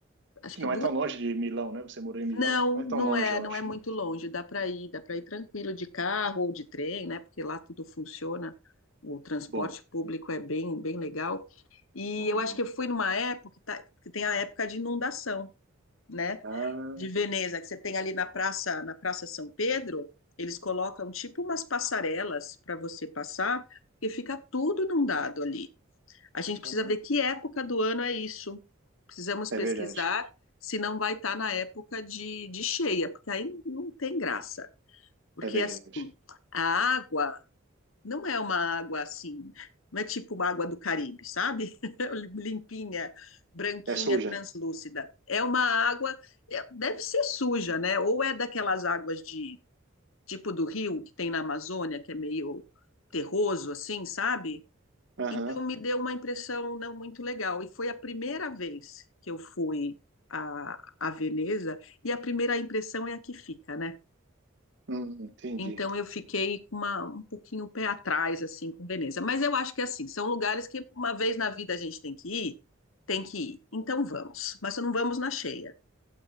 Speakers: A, on the left; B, on the right.
A: Acho
B: Que
A: que
B: não
A: duas
B: é tão longe de Milão, né? Você morou em Milão,
A: não,
B: não é
A: não
B: tão longe,
A: é,
B: eu
A: não
B: acho.
A: é muito
B: né?
A: longe, dá para ir, dá para ir tranquilo de carro ou de trem, né? Porque lá tudo funciona, o transporte
B: Bom,
A: público é bem, bem legal. E
B: bom,
A: eu acho
B: bom.
A: que eu fui numa época que, tá- que tem a época de inundação, né?
B: Ah,
A: De Veneza, que você tem ali na praça, na Praça São Pedro, eles colocam tipo umas passarelas para você passar, porque fica tudo inundado ali. A gente precisa
B: caramba.
A: ver que época do ano é isso. Precisamos
B: É
A: pesquisar
B: verdade.
A: se não vai estar na época de, de cheia, porque aí não, não tem graça. Porque
B: É verdade.
A: assim, a água não é uma água assim, não é tipo uma água do Caribe, sabe? <laughs> Limpinha, branquinha,
B: É suja.
A: translúcida. É uma água, é- deve ser suja, né? Ou é daquelas águas de tipo do rio que tem na Amazônia, que é meio terroso, assim, sabe?
B: Aham.
A: Então me deu uma impressão não muito legal. E foi a primeira vez que eu fui a, a Veneza, e a primeira impressão é a que fica, né?
B: Hum, entendi.
A: Então eu fiquei com uma, um pouquinho o pé atrás, assim, com Veneza. Mas eu acho que, assim, são lugares que uma vez na vida a gente tem que ir, tem que ir. Então vamos. Mas não vamos na cheia.